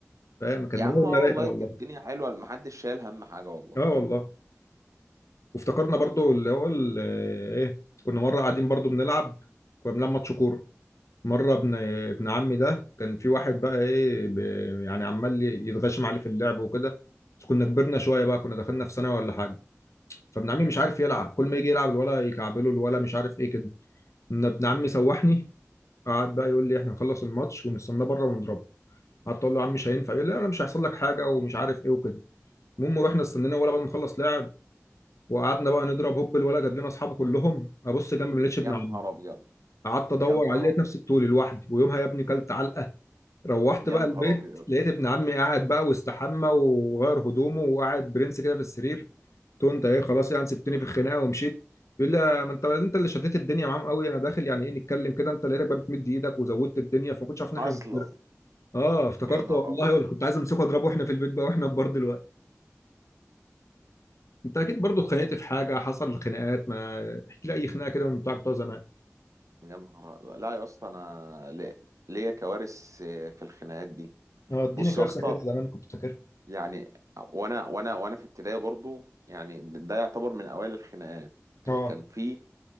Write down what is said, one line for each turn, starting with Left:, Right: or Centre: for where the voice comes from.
Left: فاهم كان
Right: يا عم
Left: دماغنا
Right: اه
Left: رايقه
Right: والله
Left: والله
Right: كانت الدنيا حلوه محدش شايل هم حاجه والله
Left: اه والله وافتكرنا برضو اللي هو ال- ايه كنا مره قاعدين برضو بنلعب كنا بنلعب ماتش كوره مره ابن ابن عمي ده كان في واحد بقى ايه ب- يعني عمال يتغشم عليه في اللعب وكده بس كنا كبرنا شويه بقى كنا دخلنا في ثانوي ولا حاجه فابن عمي مش عارف يلعب كل ما يجي يلعب الولا يكعبله الولا مش عارف ايه كده إن ابن عمي سوحني قعد بقى يقول لي احنا هنخلص الماتش ونستناه بره ونضربه قعدت اقول له يا عم مش هينفع يقول لي انا مش هيحصل لك حاجه ومش عارف ايه وكده المهم رحنا استنينا الولا بعد ما خلص لعب وقعدنا بقى نضرب هوب الولا جاب لنا اصحابه كلهم ابص جنبي ما لقيتش
Right: يا
Left: ابن عمي
Right: نهار ابيض
Left: قعدت ادور
Right: يا نهار
Left: عليه لقيت
Right: ابيض
Left: نفسي الطول لوحدي ويومها يا ابني كلت علقه روحت
Right: يا
Left: بقى
Right: نهار
Left: البيت
Right: ابيض
Left: لقيت ابن عمي قاعد بقى واستحمى وغير هدومه وقاعد برنس كده في السرير قلت له انت ايه خلاص يعني سبتني في الخناقه ومشيت بيقول لي ما انت انت اللي شديت الدنيا معاهم قوي انا داخل يعني ايه نتكلم كده انت لقيتك بقى بتمد ايدك وزودت الدنيا فما كنتش عارف ان احنا
Right: اصلا
Left: بنتفرق. اه افتكرت
Right: يا نهار
Left: والله
Right: ابيض
Left: ولا كنت عايز امسكه اضربه واحنا في البيت بقى واحنا كبار دلوقتي انت اكيد برضو اتخانقت في حاجه حصل خناقات ما احكي لي اي خناقه كده من بتوعك بتوع زمان
Right: يا نهار أبيض. لا يا اسطى انا لي- ليا كوارث في الخناقات دي
Left: اه اديني
Right: بص
Left: كارثه
Right: يا اسطى
Left: كده زمان كنت فاكرها
Right: يعني وانا وانا وانا في ابتدائي برضو يعني ده يعتبر من اوائل الخناقات
Left: اه
Right: كان في